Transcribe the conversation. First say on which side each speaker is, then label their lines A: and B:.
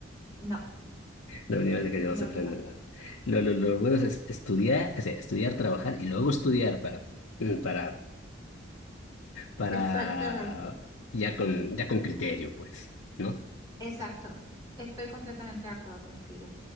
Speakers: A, on the right; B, on the left.
A: No,
B: La universidad casi no
A: no,
B: se aprende
A: no, no.
B: nada. Lo, lo, lo bueno es es- estudiar, o sea, estudiar, trabajar y luego estudiar para, mm, para, para,
A: Exactamente.
B: ya con, ya con criterio, pues, ¿no?
A: Exacto. Estoy completamente de acuerdo contigo.